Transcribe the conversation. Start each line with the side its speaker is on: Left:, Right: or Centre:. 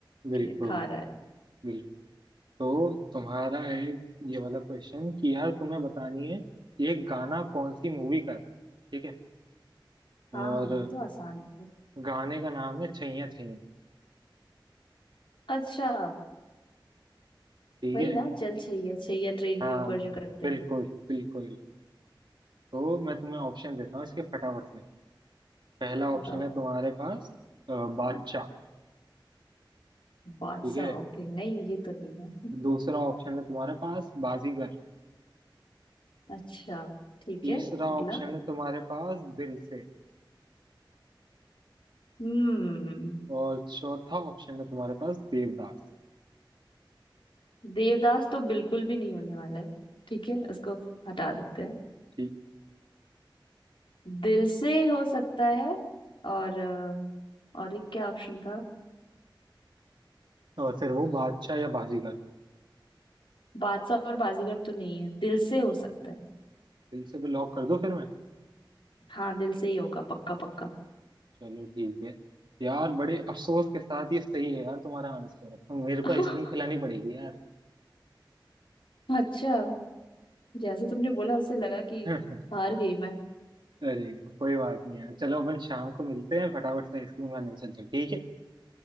Right: बिल्कुल
Left: खि- खा रहा है
Right: बिल्कुल तो तुम्हारा एक ये वाला क्वेश्चन कि यार तुम्हें बतानी है ये गाना कौन सी मूवी का था ठीक है और
Left: हाँ हाँ ये तो आसान होगा
Right: गाने का नाम है छैया छैया
Left: अच्छा
Right: ठीक
Left: वही
Right: है
Left: ना चल छैया छैया ट्रेन
Right: हाँ
Left: के ऊपर जो करते
Right: बिल्कुल
Left: हैं
Right: बिल्कुल तो मैं तुम्हें ऑप्शन देता हूँ इसके फटाफट से पहला ऑप्शन
Left: बताओ
Right: है तुम्हारे पास अ, बादशाह
Left: बादशाह
Right: ठीक है
Left: ओके नहीं ये तो नहीं है
Right: दूसरा ऑप्शन है तुम्हारे पास बाजीगर
Left: अच्छा ठीक
Right: तीसरा
Left: है अगला
Right: ऑप्शन है तुम्हारे पास दिल से
Left: हम्म
Right: और चौथा ऑप्शन है तुम्हारे पास देवदास
Left: देवदास तो बिल्कुल भी नहीं होने वाला है ठीक है उसको हटा देते हैं
Right: ठीक
Left: दिल से हो सकता है और अ, और एक क्या ऑप्शन था
Right: और फिर वो बादशाह या बाजीगर
Left: बादशाह और बाजीगर तो नहीं है दिल से हो सकता है
Right: दिल से भी लॉक कर दो फिर मैं
Left: हाँ दिल से ही होगा पक्का पक्का
Right: चलो ठीक है यार बड़े अफसोस के साथ ये सही है यार तुम्हारा आंसर अब मेरे को
Left: <laughs>
Right: आइसक्रीम खिलानी पड़ेगी यार
Left: अच्छा जैसे तुमने बोला उससे लगा कि
Right: <laughs>
Left: हार गई मैं
Right: अरे कोई बात नहीं यार चलो अपन शाम को मिलते हैं फटाफट से आइसक्रीम खाने चलते हैं ठीक है